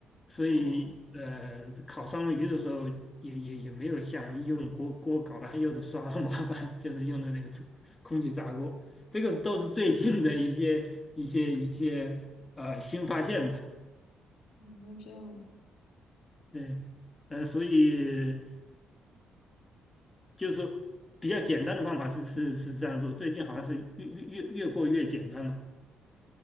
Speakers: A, on the left; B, on the left.
A: 所以呃，
B: 哦，
A: 烤双鱼的时候也也也没有像用锅锅搞了，还有的刷很麻烦，就是用的那个自空气炸锅，这个都是最近的一些一些一些呃新发现吧。
B: 嗯那这样子，
A: 对，呃，所以就是说比较简单的方法是是是这样做，最近好像是越越越越过越简单了。